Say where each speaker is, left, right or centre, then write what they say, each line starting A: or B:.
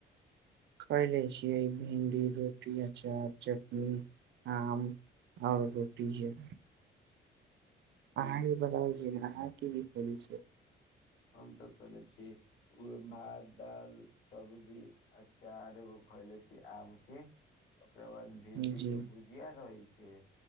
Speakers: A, on the right; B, on the left.
A: खयले छियै भिंडी, रोटी, अचार, चटनी, आम और रोटी है।
B: ओ
A: अहाँके बतावै छी ने अहाँ की की करै छियै।
B: हम तऽ खेने छी उहे भात-दाल सब्जी अचार एगो खैले छी आम के ओकरा बाद
A: छियै
B: भिन्डी
A: जी
B: के भुजिया रहे छै,